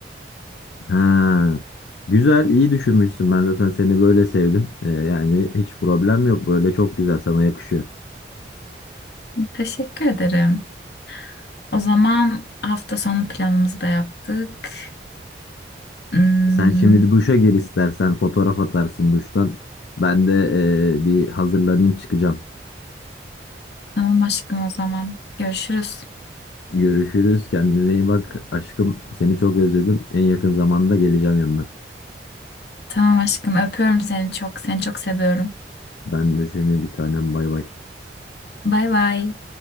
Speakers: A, on the left (about 85°); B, on the left (about 70°).
A: Ha. Güzel, iyi düşünmüşsün. Ben zaten seni böyle sevdim. E, yani hiç problem yok. Böyle çok güzel sana yakışıyor.
B: Teşekkür ederim. O zaman hafta sonu planımızı da yaptık. Hmm,
A: Sen şimdi bir duşa gir istersen. Fotoğraf atarsın duştan. Ben de e, bir hazırlanayım çıkacağım.
B: tamam aşkım o zaman. Görüşürüz.
A: Görüşürüz. Kendine iyi bak. Aşkım seni çok özledim. En yakın zamanda geleceğim yanına.
B: Tamam aşkım öpüyorum seni çok. Seni çok seviyorum.
A: Ben de seni bir tanem bay bay.
B: Bay bay.